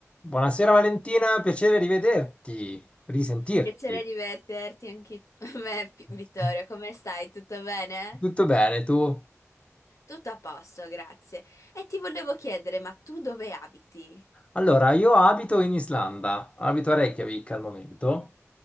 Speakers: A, on the left; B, on the left.
A: Buonasera Valentina, piacere rivederti, risentirti.
B: Piacere divertirti anche <laughs> a me, Pi-
A: <laughs>
B: Vittorio. Come stai? Tutto bene?
A: Tutto bene, tu?
B: Tutto a posto, grazie. E ti volevo chiedere, ma tu dove abiti?
A: Allora, io abito in Islanda, abito a Reykjavik al momento,